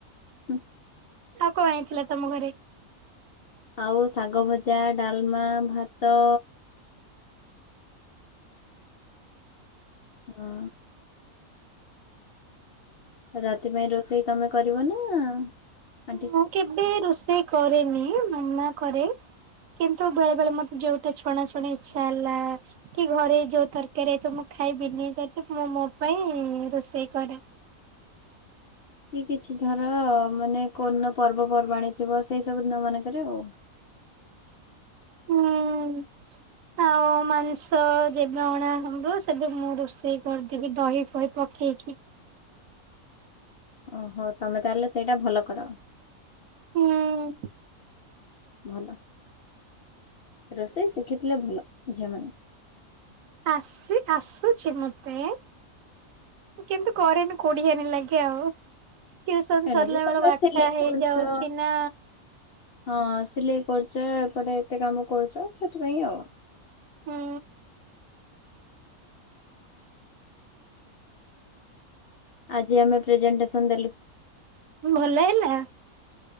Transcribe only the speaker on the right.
ଆଉ କଣ ହେଇଥିଲା ତମ ଘରେ?
ମୁଁ କେବେ ରୋଷେଇ କରେନି ମାମା କରେ କିନ୍ତୁ ବେଳେ ବେଳେ ମତେ ଯୋଉଟା ଛଣା ଛୁଣି ଇଚ୍ଛା ହେଲା କି ଘରେ ଯୋଉ ତରକାରୀ ହେଇଥିବ ମୁଁ ଖାଇବିନି ସେଠୁ ମଁ ମୋ ପାଇଁ ରୋଷେଇ କରେ।
ହୁଁ। ହଁ ମାଂସ ଯେବେ ଅଣା ହବ ସେବେ ମୁଁ ରୋଷେଇ କରିଦେବି ଦହି ଫହି ପ ପକେଇକି
ହୁଁ।
ଆସି ଆସୁଚି ମତେ। କିନ୍ତୁ କରେନି କୋଡିିହାନି ଲାଗେ ଆଉ। ଟ୍ୟୁସନ
ସରିଲା
ବେଳେ ବାରଟା
ହେଇଯାଉଛି
ନା।
ହୁଁ।
ଭଲ ହେଲା।